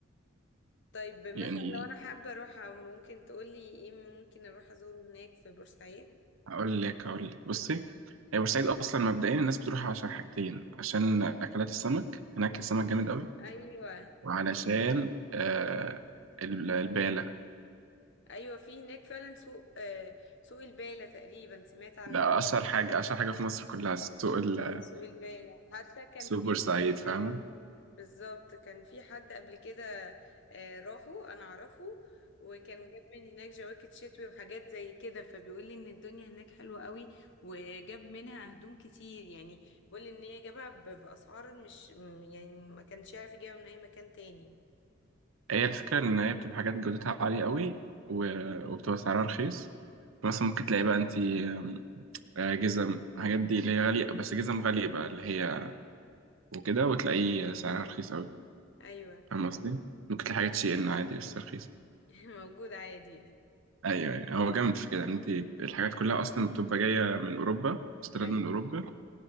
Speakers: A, on the left; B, on the right.
A: طيب مثلا
B: يعني
A: لو انا حابه اروح ممكن تقولي ايه ممكن اروح ازوره هناك في بورسعيد
B: هقول لك هقول لك بصي هي بورسعيد أصلا مبدئيا الناس بتروحها عشان حاجتين عشان أكلات السمك هناك السمك جامد قوي
A: ايوه
B: وعلشان آه ال- البالة
A: ايوه في هناك فعلا سوق آه سوق البالة تقريبا سمعت عن
B: ده أشهر حاجة أشهر حاجة في مصر كلها سوق ال-
A: اه سوق البالة حتى كان
B: سوق
A: في
B: بورسعيد
A: حد
B: فاهمة
A: بالظبط كان في حد قبل كده آه، راحوا انا اعرفه وكان جاب من هناك جواكت شتوي وحاجات زي كده فبيقول لي ان الدنيا هناك حلوة قوي وجاب منها هدوم كتير يعني بيقول لي ان هي جابها ب- باسعار مش م- يعني ما كانش يعرف يجيبها من اي مكان تاني
B: هي الفكرة إن هي بتبقى حاجات جودتها عالية قوي و- وبتبقى سعرها رخيص مثلا ممكن تلاقي بقى أنتي آم، آه، جزم الحاجات دي اللي هي غالية بس جزم غالية بقى اللي هي وكده وتلاقيه سعرها رخيص قوي
A: ايوه
B: فاهم قصدي؟ ممكن تلاقي حاجات شي إن عادي بس رخيصة
A: <laughs> موجود عادي يعني
B: أيوه أيوه هو جامد في كده إن أنتي الحاجات كلها أصلا بتبقى جاية من أوروبا استيراد
A: ايوه
B: من أوروبا